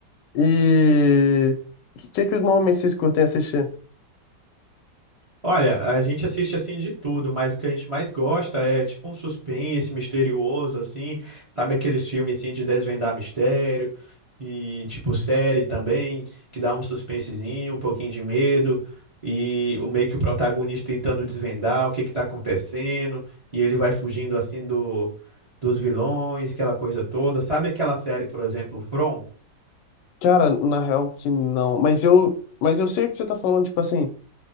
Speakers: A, on the left; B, on the right.
A: E o que, que que normalmente vocês curtem assistir?
B: Olha, a gente assiste assim de tudo, mas o que a gente mais gosta é tipo um suspense misterioso, assim, sabe aqueles filmes assim de desvendar mistério e tipo série também, que dá um suspensezinho, um pouquinho de medo e o meio que o protagonista tentando desvendar o que que tá acontecendo e ele vai fugindo assim do dos vilões, aquela coisa toda. Sabe aquela série, por exemplo, From?
A: Cara, na real que não, mas eu, mas eu sei o que você tá falando, tipo assim,